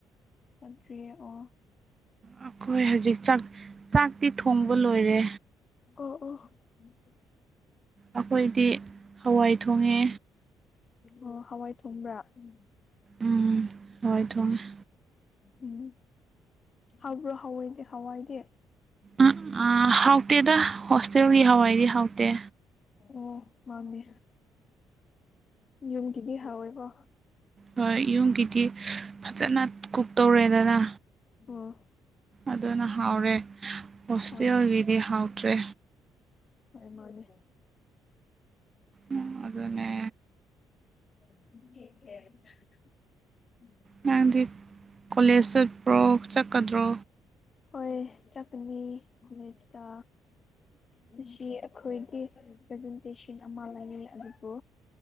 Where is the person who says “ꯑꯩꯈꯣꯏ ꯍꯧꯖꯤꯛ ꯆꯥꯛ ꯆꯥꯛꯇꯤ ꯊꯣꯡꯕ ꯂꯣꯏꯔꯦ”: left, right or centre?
Right